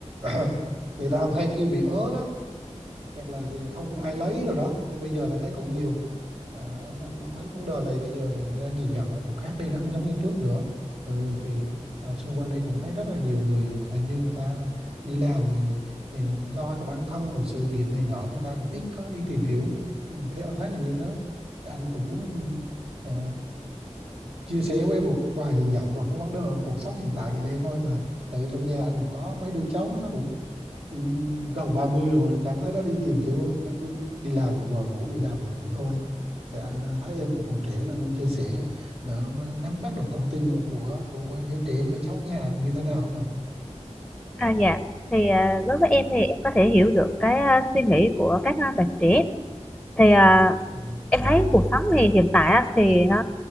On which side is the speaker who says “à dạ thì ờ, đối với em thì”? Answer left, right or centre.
Centre